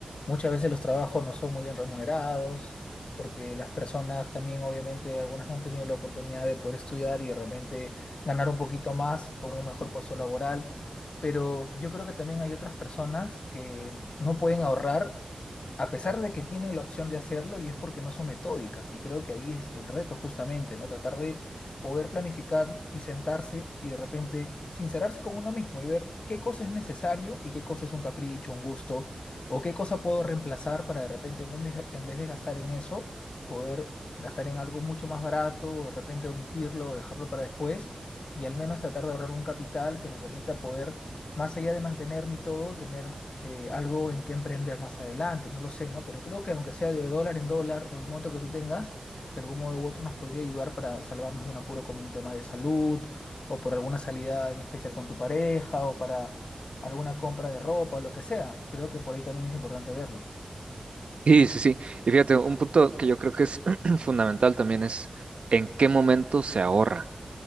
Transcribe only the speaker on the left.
muchas veces los trabajos no son muy bien remunerados, porque las personas también obviamente algunas no han tenido la oportunidad de poder estudiar y de repente ganar un poquito más con un mejor puesto laboral, pero yo creo que también hay otras personas que no pueden ahorrar a pesar de que tienen la opción de hacerlo y es porque no son metódicas y creo que ahí es el reto justamente, ¿no? Tratar de poder planificar y sentarse y de repente sincerarse con uno mismo y ver qué cosa es necesario y qué cosa es un capricho, un gusto, o qué cosa puedo reemplazar para de repente en vez de, en vez de gastar en eso, poder gastar en algo mucho más barato, o de repente omitirlo, o dejarlo para después y al menos tratar de ahorrar un capital que me permita poder, más allá de mantener mi todo, tener eh, algo en que emprender más adelante, no lo sé, ¿no? Pero creo que aunque sea de dólar en dólar o el monto que tú tengas, de algún modo u otro nos podría ayudar para salvarnos de un apuro como un tema de salud o por alguna salida en especial con tu pareja o para alguna compra de ropa o lo que sea. Creo que por ahí también es importante verlo.